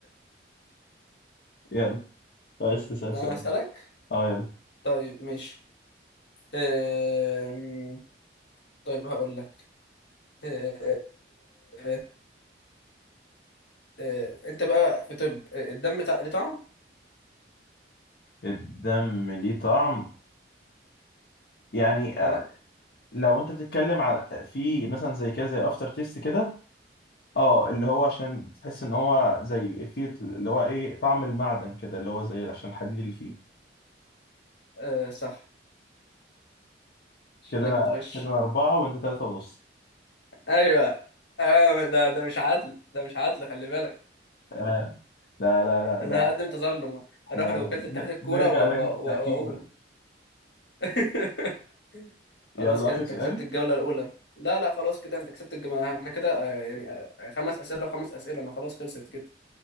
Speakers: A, on the left; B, on the left.
A: <laughs> يلا عايز تسأل
B: انا
A: سؤال
B: هسألك
A: اه يلا
B: طيب ماشي أم... طيب هقول لك أه، أه، أه، أه، أه، آه، انت بقى في طب آه، الدم بتاع ليه طعم
A: الدم ليه طعم يعني
B: اه
A: آه، لو انت بتتكلم على في مثلا زي كده زي افتر تيست كده اه اللي هو عشان بتحس ان هو زي فيه اللي هو ايه طعم المعدن كده اللي هو زي عشان الحديد اللي فيه
B: أه، صح شكلك
A: كده انا
B: بتغش
A: كده انا اربعة وانت ثلاثة ونص
B: ايوه آه ده ده مش عدل ده مش عدل خلي بالك
A: آه لا لا لا
B: انا
A: ده
B: هقدم تظلم
A: احنا
B: اروح لوكالة اتحاد
A: ن-
B: الكورة
A: نرجع
B: و-
A: لجنة
B: و-
A: التحكيم
B: و- واقول
A: بقى
B: <laughs>
A: يلا
B: خلاص كده
A: اخر
B: انت
A: سؤال
B: كسبت الجولة الاولى لا لا خلاص كده انت كسبت الجولة احنا كده آه، يعني آه، خمس اسئلة وخمس اسئلة ما خلاص خلصت كده